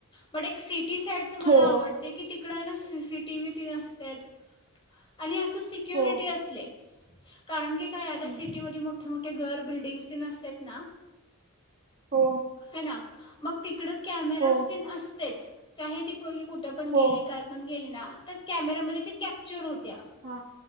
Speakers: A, on the left; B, on the right.
A: बट एक सीट टी साईड चं मला
B: हो
A: आवडते कि इकड ना सीसिटीवी त्येन असतात. आणि अस त सिक्युिरिटी
B: हो
A: असले- कारण की- काय आता
B: हम्म,
A: सिटीमध्ये मोठे मोठे घर बिल्डिंग्स तेन सतात ना?
B: हो
A: है ना. मग तिकडं कॅमेरास
B: हो
A: तेन असतेच चाहे ती पर्गी कुठ पण
B: हो
A: गेली का गेली ना. कॅमेरामध्ये ते कॅप्चर हो त्या
B: हा